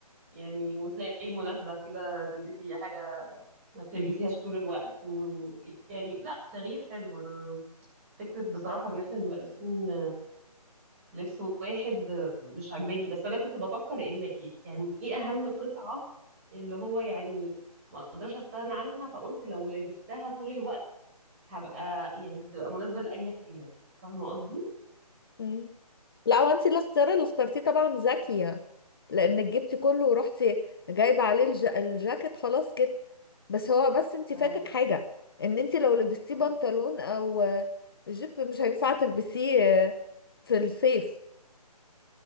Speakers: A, on the right; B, on the left.
A: يعني وتلاقي مناسبة كده تلبسي حاجة ما بتلبسيهاش طول الوقت ويعني لا تغيير حلو انا فكرة بصراحة ان احنا نبقى لابسين لبس واحد مش عجباني بس انا كنت بفكر اللي يعني ايه اهم قطعة اللي هو يعني ما اقدرش استغنى عنها فقلت لو لبستها طول الوقت هبقى يعني هتبقى مناسبة لأي حاجة فاهمة قصدي؟
B: مم. لا وانت الاختيار اللي اخترتيه طبعا ذكية لانك جبتي كله ورحتي جايبة عليه الج... الجاكيت خلاص كده بس هو بس انت
A: اه
B: فاتك حاجة ان انت لو لبستيه
A: مم.
B: بنطلون او آه، جيب مش هينفع تلبسيه آه، في الصيف